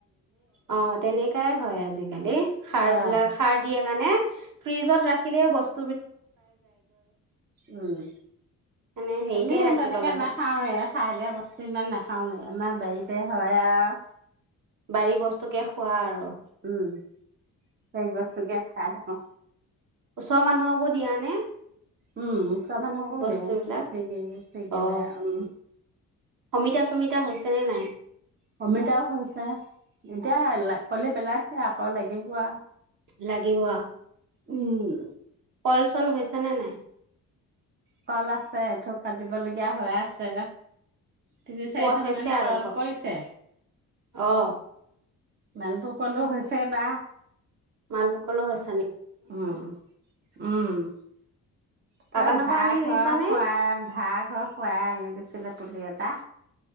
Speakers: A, on the right; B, on the right.
A: অ তেনেকাই হয় আজিকালি সাৰ
B: অহ
A: বিলাক সাৰ দিয়ে কাৰণে ফ্ৰিজত ৰাখিলেও বস্তু
B: উম
A: এনে হেৰিতে
B: এনেই
A: ৰাখিব
B: তেনেকে
A: লাগে
B: নাখাওে খাই দিয়া বস্তু ইমান নাখাও আমাৰ বাৰীতে হয় আৰু
A: বাৰী বস্তু কেে খোৱা আৰু
B: উম সেই বস্তুকে খাই থাকো
A: ওচৰ মানুহকো দিয়া নে
B: উম তমানান হ'বলেও
A: বস্তুবিলাক
B: সেই স গলে
A: অ
B: উ
A: অমিতা চমিতা হৈছেনে নাই
B: কমিতাও হৈছে এতিয়া কি পেলাইছে আকৌ লাগিব আৰু
A: লাগিব
B: উম
A: কল চল হৈছে নে নাই
B: কল আছে এইটো কাটিবলগীয়া হৈ আছে তিনি
A: পুৱত
B: চাৰি থোক
A: হৈছে
B: মান
A: আৰু
B: কল পইছে
A: অ
B: মালভোগ কলো হৈছে না
A: মালপকলো আছে
B: উম উম ত
A: বাগানৰ
B: ভাৰাঘৰ
A: পৰা আনি ৰুইছানে
B: খোৱা ভাঁ ঘৰ সু এ আনি দিছিলে পুলি এটা